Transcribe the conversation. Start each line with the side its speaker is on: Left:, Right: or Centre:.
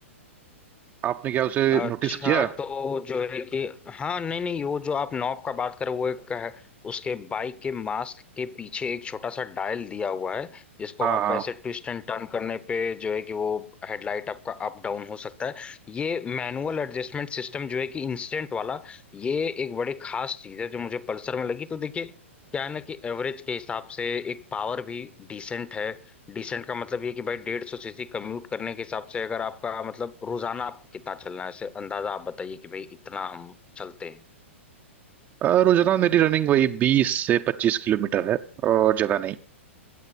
Right: आपने क्या उसे
Left: अच्छा
Right: नोटिस किया
Left: तो जो है कि हाँ नहीं नहीं वो जो आप नॉब का बात कर रहे हो, वो एक है उसके बाइक के मास्क के पीछे एक छोटा सा डायल दिया हुआ है जिसको
Right: हाँ
Left: आप
Right: हाँ
Left: ऐसे ट्विस्ट एंड टर्न करने पे जो है कि वो हेडलाइट आपका अप डाउन हो सकता है ये मैनुअल एडजस्टमेंट सिस्टम जो है कि इंस्टेंट वाला ये एक बड़ी खास चीज है जो मुझे पल्सर में लगी तो देखिए क्या है ना कि एवरेज के हिसाब से एक पावर भी डिसेंट है डिसेंट का मतलब ये कि भाई डेढ़ सौ सीसी कम्यूट करने के हिसाब से अगर आपका मतलब रोजाना आपको कितना चलना है ऐसे अंदाजा आप बताइए कि भाई इतना हम चलते हैं
Right: अ, रोजाना मेरी रनिंग वही बीस से पच्चीस किलोमीटर है और ज्यादा नहीं